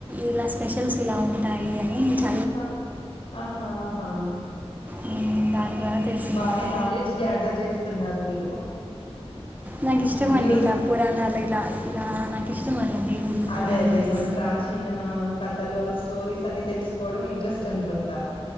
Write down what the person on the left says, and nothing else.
ఆ ఆహాహా
బానే
నాలెడ్జ్ గ్యాదర్ చేస్తున్నారు మీరు.
యూజ్
అదే
అదే మన ప్రాచీన కథలు ఆ స్టోరీస్ అన్ని తెలుసుకోవడం ఇంట్రెస్ట్ అనుకుంటా